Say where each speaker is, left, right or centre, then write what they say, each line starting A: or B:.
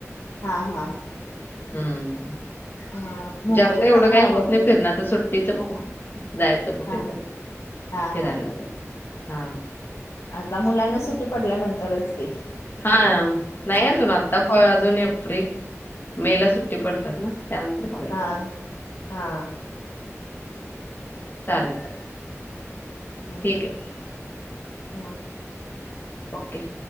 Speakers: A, on the left; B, on the left.
A: हा
B: हम्म
A: हा मुंबईला
B: जास्त एवढं,
A: पण
B: काही होत
A: भरपूर
B: नाही फिरण्याच
A: आहे
B: सोड सुट्टीच बघून जायच, कुठेतरी
A: हा हा
B: फिरायला
A: हा
B: हो, हा.
A: आता मुलांना सुट्टी पडल्यानंतरच की.
B: हा नाही अजून आता प अजून एप्रिल मे ला सुट्टी पडत्यात ना त्या नंतर बघायच.
A: हा हा,
B: चालेल चालेल
A: <unintelligible>
B: ठीक आहे
A: हा
B: ओके,